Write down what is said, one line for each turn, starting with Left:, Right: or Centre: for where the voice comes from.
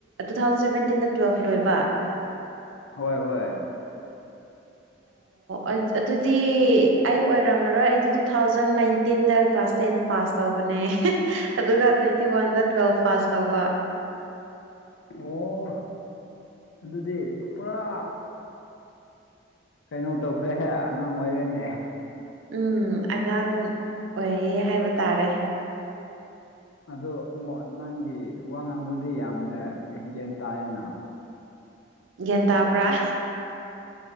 Right: ꯇꯨ ꯊꯥꯎꯖꯟ ꯁꯚꯦꯟꯇꯤꯟꯗ ꯇꯨꯋꯦꯜꯐ ꯂꯣꯏꯕ꯫
Left: ꯍꯣꯏ ꯍꯣꯏ <inaudible>
Right: ꯑꯣ ꯑꯗꯨꯗꯤ ꯑꯩ ꯑꯣꯏꯔꯝꯃꯔꯣꯏ ꯑꯩꯗꯤ ꯇꯨ ꯊꯥꯎꯖꯟ ꯅꯥꯏꯟꯇꯤꯟꯗ ꯀ꯭ꯂꯥꯁ ꯇꯦꯟ ꯄꯥꯁ ꯇꯧꯕꯅꯦ ꯑꯗꯨꯒ ꯇ꯭ꯋꯦꯟꯇꯤ ꯋꯥꯟꯗ ꯇꯨꯋꯦꯜꯐ ꯄꯥꯁ ꯇꯧꯕ꯫
Left: ꯑꯣ ꯑꯗꯨꯗꯤ ꯄꯨꯔꯥ ꯀꯩꯅꯣ ꯇꯧꯈ꯭ꯔꯦꯍꯦ ꯑꯉꯥꯡ ꯑꯣꯏꯔꯦꯅꯦ꯫
Right: ꯎꯝ ꯑꯉꯥꯡ ꯑꯣꯏꯌꯦ ꯍꯥꯏꯕ ꯇꯥꯔꯦ꯫
Left: ꯑꯗꯣ ꯅꯪꯒꯤ ꯋꯥ ꯉꯥꯡꯕꯗꯤ ꯌꯥꯝꯅ ꯒ꯭ꯌꯥꯟꯅ ꯇꯥꯏꯌꯦꯅ꯫
Right: ꯒ꯭ꯌꯥꯟ ꯇꯥꯕ꯭ꯔꯥ?